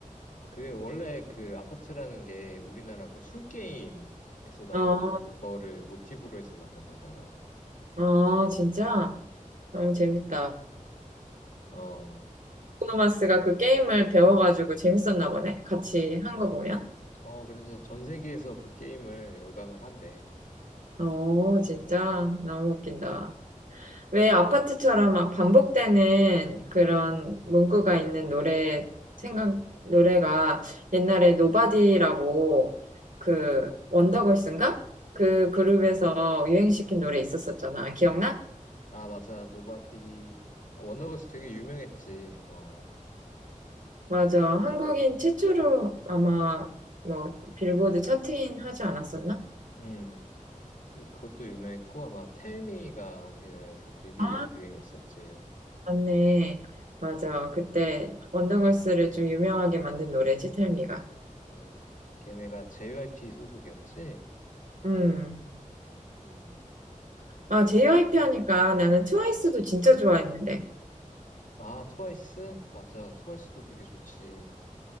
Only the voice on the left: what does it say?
그게 원래 그 아파트라는 게 우리나라 그 술 게임에서 나오는
그거를 모티브로 해서 만든 거잖아.
어.
어 그래서 전 세계에서 그 게임을 열광을 한대.
아, 맞아. 노바디. 어, 원더걸스 되게 유명했지. 어,
음. 그리고 그것도 유명했고, 아마 텔미가 우리나라에서 되게
유행했었지.
음. 걔네가 JYP 소속이었지.
음.
아, 트와이스? 맞아. 트와이스도 되게 좋지.